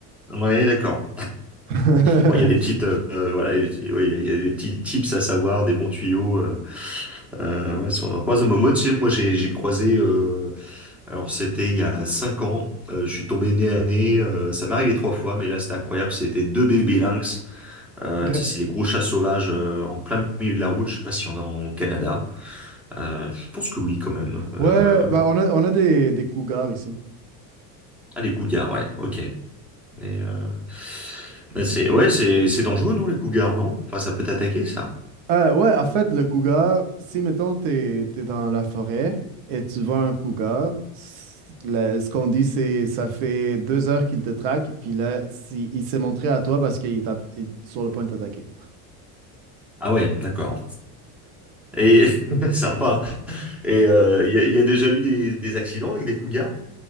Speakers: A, in the centre; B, on the right.
A: ouais d'accord
B: <laughs>
A: Bon, il y a des petites, euh, euh, voilà, il y a des petits ouais, il y a- il y a des petits tips à savoir, des bons tuyaux. Euh, euh, ouais, si on en croise, moi, moi, tu sais, moi, j'ai, j'ai croisé. euh, alors, c'était il y a cinq ans. euh, je suis tombé nez à nez. euh, ça m'est arrivé trois fois, mais là, c'était incroyable. C'était deux bébés lynx. Euh,
B: Ok.
A: tu sais, c'est les gros chats sauvages euh, en plein milieu de la route. Je sais pas si on a en Canada. Euh, je pense que oui, quand même. Euh,
B: Ouais, bah on a, on a des, des cougars ici.
A: ah, les cougars, ouais. Ok. Mais, euh, mais c'est, ouais, c'est, c'est dangereux, non, les cougars, non? Enfin, ça peut t'attaquer, ça.
B: Euh, ouais, en fait, le cougar, si mettons t'es t'es dans la forêt et tu vois un cougar, s- la- ce qu'on dit c'est ça fait deux heures qu'il te traque, puis là si, il s'est montré à toi parce qu'il t'a- il est sur le point de t'attaquer.
A: Ah ouais, d'accord. Et <laughs> sympa. Et euh, il y, a il y a déjà eu des, des accidents avec des cougars?